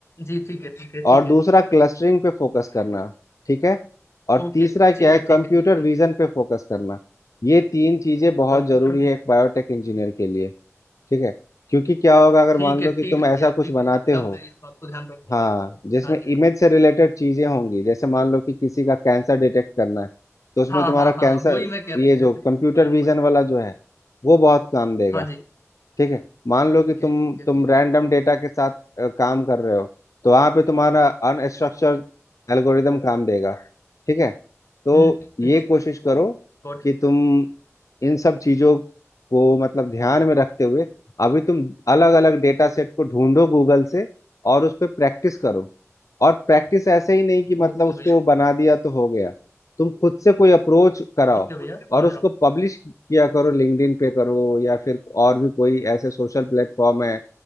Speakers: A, on the left (about 60°); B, on the left (about 85°).
A: जी ठीक है ठीक है ठीक
B: और दूसरा
A: है
B: क्लस्टरिंग पे फोकस करना ठीक है और
A: ओके
B: तीसरा
A: ठीक
B: क्या है
A: है ठीक
B: कंप्यूटर
A: है इन दोनों
B: विजन पे फोकस करना ये तीन चीजें बहुत
A: Computer
B: जरूरी है
A: vision
B: एक बायोटेक इंजीनियर के लिए ठीक है क्योंकि क्या होगा अगर
A: ठीक
B: मान
A: है
B: लो
A: ठीक
B: कि तुम
A: है
B: ऐसा
A: भैया ठीक
B: कुछ बनाते
A: है एकदम
B: हो
A: मैं इस बात को ध्यान रखूंगा
B: हाँ जिसमें
A: हाँ जी भैया
B: इमेज से रिलेटेड चीजें होंगी जैसे मान लो कि किसी का कैंसर डिटेक्ट करना है तो उसमें
A: हाँ
B: तुम्हारा
A: हाँ हाँ
B: कैंसर
A: वही मैं कह रहा
B: ये
A: हूँ जैसे
B: जो
A: मालूम
B: कंप्यूटर विजन
A: पड़ा
B: वाला जो है वो बहुत काम देगा
A: हाँ जी
B: ठीक है मान लो कि
A: ओके
B: तुम
A: ठीक है
B: तुम
A: ठीक
B: रैंडम डेटा के साथ अ, काम कर रहे हो तो वहां पे तुम्हारा अनस्ट्रक्चर्ड
A: है
B: एल्गोरिदम काम देगा ठीक है तो
A: हम्म
B: ये कोशिश करो
A: गॉट
B: कि
A: इट भैया
B: तुम इन सब चीजों को मतलब ध्यान में रखते हुए अभी तुम अलग अलग डेटा सेट को ढूंढो गूगल से और उस पर प्रैक्टिस करो और प्रैक्टिस ऐसे ही नहीं कि मतलब
A: ओके
B: उसको
A: भैया okay,
B: बना दिया तो हो गया तुम खुद से कोई अप्रोच कराओ
A: ठीक है भैया समझ
B: और उसको
A: रहा
B: पब्लिश किया करो लिंक्डइन पे करो या फिर और भी कोई ऐसे सोशल प्लेटफॉर्म है